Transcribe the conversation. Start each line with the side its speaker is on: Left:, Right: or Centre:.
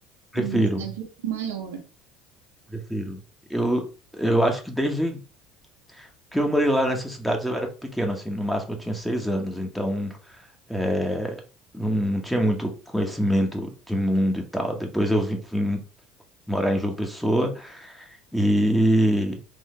Centre: Prefiro,
Right: numa cidade maior.
Centre: prefiro. Eu, eu acho que desde que eu morei lá nessas cidades eu era pequeno, assim, no máximo eu tinha seis anos, então é, não, não tinha muito conhecimento de mundo e tal. Depois eu vim vim morar em João Pessoa. E